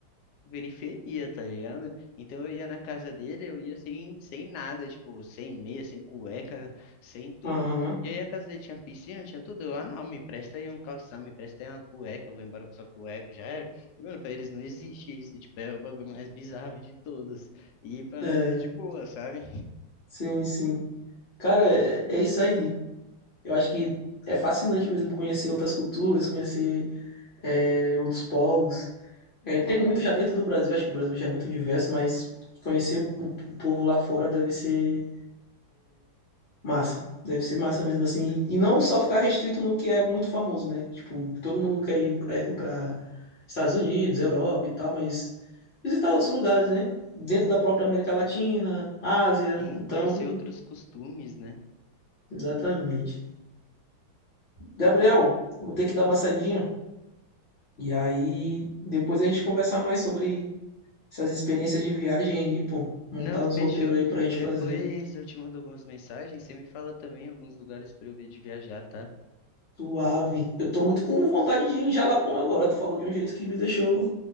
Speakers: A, on the left; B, on the left.
A: periferia, tá ligado? Então eu ia na casa dele, eu ia sem, sem nada, tipo, sem meia, sem cueca, sem tudo.
B: Aham.
A: E aí a casa dele tinha piscina, tinha tudo. Eu, ah, não, me presta aí um calção, me presta aí uma cueca, eu vou embora com sua cueca, já era. E, mano, pra eles não existe isso, tipo, é o bagulho mais bizarro de todos. E pra
B: É,
A: nós é de boa, sabe?
B: sim, sim. Cara, é, é isso aí. Eu acho que é fascinante mesmo conhecer outras culturas, conhecer é, outros povos. É, tem muito já dentro do Brasil, acho que o Brasil já é muito diverso, mas conhecer o, o povo lá fora deve ser. Massa. Deve ser massa mesmo assim. E não só ficar restrito no que é muito famoso, né? Tipo, todo mundo quer ir pra, pra Estados Unidos, Europa e tal, mas visitar outros lugares, né? Dentro da própria América Latina, Ásia.
A: Sim,
B: Então,
A: conhecer outros costumes, né?
B: exatamente. Gabriel, eu vou ter que dar uma saidinha. E aí, depois a gente conversa mais sobre essas experiências de viagem aí, pô. Montar
A: Não, fechou.
B: uns roteiros aí pra gente
A: Depois
B: fazer.
A: eu te mando algumas mensagens, você me fala também alguns lugares pra eu ver de viajar, tá?
B: Suave. Eu tô muito com vontade de ir em Jalapão agora. Tu falou de um jeito que me deixou